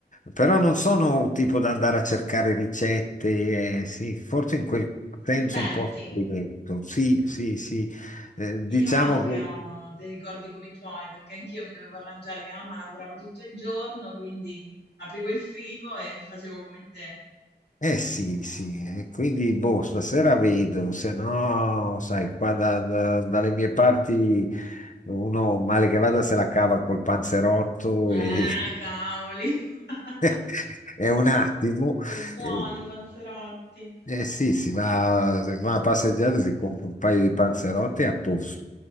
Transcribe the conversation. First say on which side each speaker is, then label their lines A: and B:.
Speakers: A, on the left (about 45°); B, on the left (about 75°).
A: però non sono tipo da andare a cercare ricette, eh, sì, forse in quel senso
B: Inventi.
A: un po' sperimento. Sì, sì, sì. Eh, diciamo
B: Io anche
A: che
B: ho dei ricordi come i tuoi, perché anch'io mi dovevo arrangiare, mia mamma lavorava tutto il giorno, quindi aprivo il frigo e facevo come te.
A: Eh sì, sì, eh, quindi boh, stasera vedo, se no, sai, qua da- da- dalle mie parti uno male che vada se la cava col panzerotto
B: Eh,
A: e
B: cavoli! <laughs>
A: <laughs> è un attimo.
B: Che buoni
A: Eh,
B: i panzerotti!
A: eh sì, si va, si va a passeggiare, si compra un paio di panzerotti e a posto.